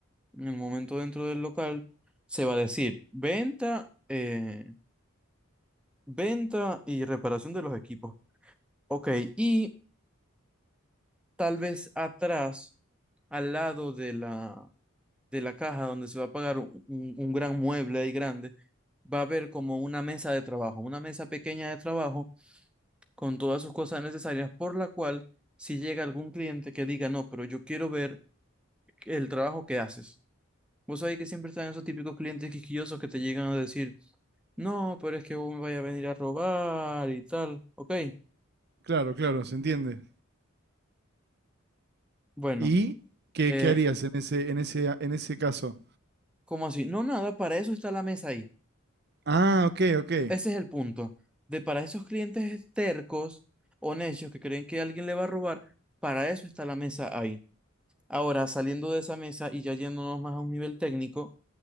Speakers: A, in the centre; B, on the right.
A: en el momento dentro del local, se va a decir venta, eh, venta y reparación de los equipos. Ok, y tal vez atrás, al lado de la, de la caja donde se va a pagar un, un gran mueble ahí grande, va a haber como una mesa de trabajo, una mesa pequeña de trabajo con todas sus cosas necesarias, por la cual si llega algún cliente que diga, no, pero yo quiero ver el trabajo que haces. Vos sabés que siempre están esos típicos clientes quisquillosos que te llegan a decir, No, pero es que vos me vaya a venir a robar y tal. Ok,
B: claro, claro, se entiende.
A: bueno,
B: ¿Y qué,
A: eh,
B: qué harías en ese, en ese, en ese caso?
A: ¿cómo así? No, nada, para eso está la mesa ahí.
B: Ah, ok, ok.
A: Ese es el punto. De para esos clientes tercos o necios que creen que alguien le va a robar, para eso está la mesa ahí. Ahora, saliendo de esa mesa y ya yéndonos más a un nivel técnico,